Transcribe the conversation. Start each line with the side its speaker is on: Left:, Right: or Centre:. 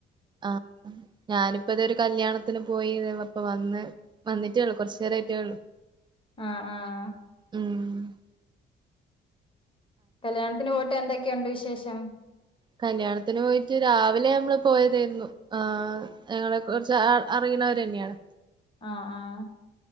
Right: ആഹ് ഞാനിപ്പ ദേ ഒരു കല്യാണത്തിന് പോയി ദേ ഇപ്പ വന്ന് വന്നിട്ടേള്ളു കുറച്ചു നേരായിട്ടേള്ളു
Left: അ ആഹ്
Right: ഊം
Left: കല്യാണത്തിന് പോയിട്ട് എന്തെ ക്കെയുണ്ട് വിശേഷം
Right: കല്യാണത്തിന് പോയിട്ട് രാവിലെ നമ്മള് പോയതേയിരുന്നു ആഹ് ഞങ്ങളെ കുറിച്ച് അ അറിയുന്നവരെ ന്ന്യേണ്
Left: ആഹ് ആഹ്